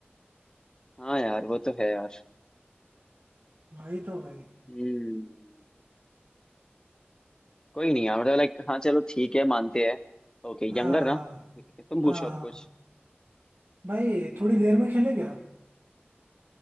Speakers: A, on the left; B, on the right.
A: हाँ यार वो तो है यार
B: वही तो भाई
A: हम्म कोई नहीं यार मतलब लाइक हाँ चलो ठीक है मानते हैं ओके यंगर
B: हाँ
A: ना ठीक है तुम
B: हाँ
A: पूछो
B: हाँ
A: अब कुछ
B: हाँ भाई थोड़ी देर में खेले क्या